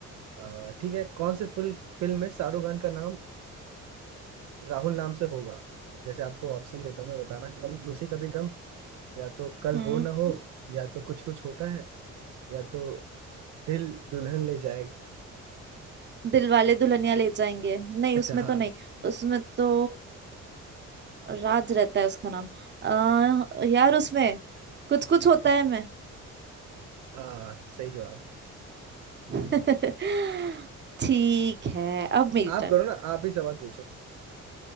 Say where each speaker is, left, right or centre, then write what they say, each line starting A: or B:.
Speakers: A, on the right; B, on the right.
A: अ, ठीक है कौन से फुल फिल्म में शाहरुख खान का नाम राहुल नाम से होगा जैसे आपको ऑप्शन देता हूँ मैं बताना कभी खुशी कभी गम या तो कल
B: हम्म
A: हो ना हो या तो कुछ कुछ होता है या तो दिल दुल्हन ले जाए
B: दिलवाले दुल्हनिया ले जाएंगे नहीं
A: अच्छा
B: उसमें
A: हाँ
B: तो नहीं उसमें तो राज रहता है उसका नाम आ, यार उसमें कुछ कुछ होता है मैं
A: हाँ सही जवाब
B: <laughs> ठीक है अब मेरी
A: आप
B: टर्न
A: करो ना आप ही सवाल पूछो